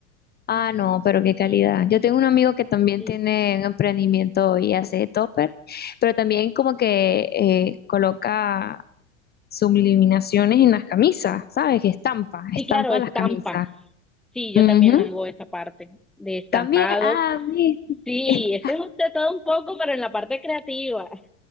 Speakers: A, on the left; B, in the centre.
A: ah, no, pero qué calidad. Yo tengo un amigo que también
B: Sí,
A: tiene un emprendimiento y hace topper, pero también como que eh, coloca subliminaciones en las camisas, ¿sabes? Que estampa,
B: sí,
A: estampa
B: claro, estampa.
A: las camisas.
B: Sí, yo
A: Ujú.
B: también hago esa parte de estampados.
A: También, ah, vi.
B: Sí,
A: <laughs>
B: este es de todo un poco, pero en la parte creativa.